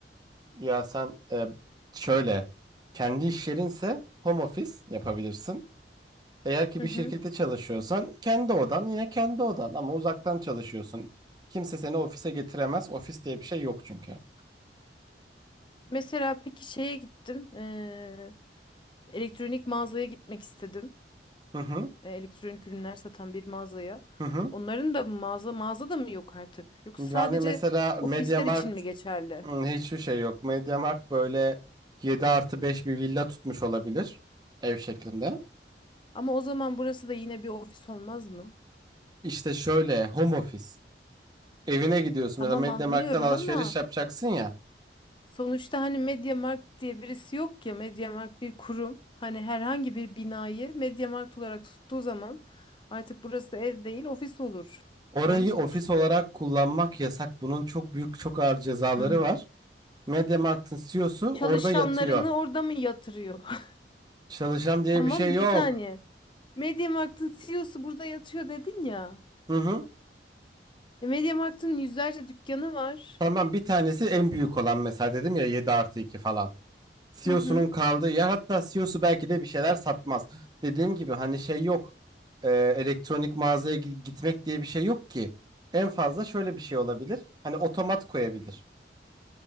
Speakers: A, on the right; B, on the left.
A: Ya sen e, şöyle kendi iş yerinse home office yapabilirsin. Eğer ki
B: Hı
A: bir
B: hı.
A: şirkette çalışıyorsan kendi odan yine kendi odan ama uzaktan çalışıyorsun. Kimse seni ofise getiremez. Ofis diye bir şey yok çünkü artık.
B: Mesela peki şeye gittim. eee, elektronik mağazaya gitmek istedim.
A: Hı hı
B: E, elektronik ürünler satan bir mağazaya.
A: hı hı.
B: Onların da mı mağaza mağaza da mı yok artık? Yoksa
A: Yani
B: sadece
A: mesela
B: ofisler
A: MediaMarkt
B: için mi geçerli?
A: Hmm, Hiçbir şey yok. Mediamarkt böyle 7 artı 5 bir villa tutmuş olabilir. Ev şeklinde.
B: Ama o zaman burası da yine bir ofis olmaz mı?
A: İşte şöyle home office. Evine gidiyorsun.
B: Tamam
A: Mesela Mediamarkt'tan
B: anlıyorum
A: alışveriş
B: ama
A: yapacaksın ya.
B: Sonuçta hani MediaMarkt diye birisi yok ya. MediaMarkt bir kurum. Hani herhangi bir binayı MediaMarkt olarak tuttuğu zaman artık burası ev değil ofis olur.
A: Orayı
B: Yanlış
A: ofis
B: mı düşünüyorum?
A: olarak kullanmak yasak. Bunun çok büyük çok ağır cezaları
B: <clears throat>
A: var. Mediamarkt'ın CEO'su
B: Çalışanlarını
A: orada yatıyor.
B: orada mı yatırıyor?
A: Çalışan
B: <laughs>
A: diye
B: Tamam
A: bir şey yok.
B: bir saniye. MediaMarkt'ın CEO'su burada yatıyor dedin ya.
A: Hı hı.
B: E, MediaMarkt'ın yüzlerce dükkanı var.
A: Tamam bir tanesi en büyük olan mesela dedim ya 7 artı 2 falan. CEO'sunun
B: Hı hı.
A: kaldığı yer hatta CEO'su belki de bir şeyler satmaz. Dediğim gibi hani şey yok. Ee, elektronik mağazaya gi- gitmek diye bir şey yok ki. En fazla şöyle bir şey olabilir. Hani otomat koyabilir.